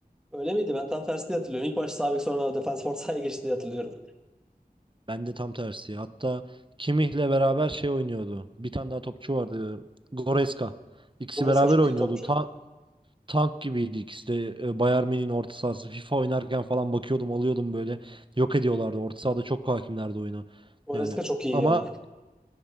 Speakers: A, in the centre; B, on the right.
A: Öyle miydi? Ben tam tersi diye hatırlıyorum. İlk başta sağ bek sonra defans ortaya geçti diye hatırlıyorum.
B: Ben de tam tersi. Hatta Kimmich'le beraber şey oynuyordu. Bir tane daha topçu vardı. Goretzka. İkisi
A: Goretzka
B: beraber
A: çok
B: oynuyordu.
A: iyi topçu.
B: Ta- tank gibiydi ikisi de. E, Bayern Münih'in orta sahası. FIFA oynarken falan bakıyordum, alıyordum böyle. Yok ediyorlardı. Orta sahada çok hakimlerdi oyuna.
A: Goretzka
B: Yani
A: çok iyi
B: ama
A: ya.